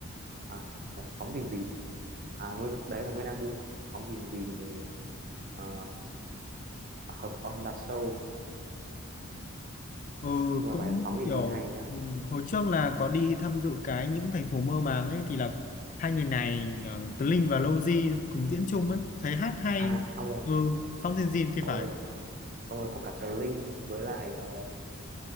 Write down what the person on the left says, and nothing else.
Ừ
cũng
kiểu
ừ, hồi trước là có đi tham dự cái những thành phố mơ màng ấy thì là hai người này ờ, Tơ Linh và Lowzy cùng diễn chung ấy, thấy hát hay.
Ừ sau Dìn
Dìn thì
phải.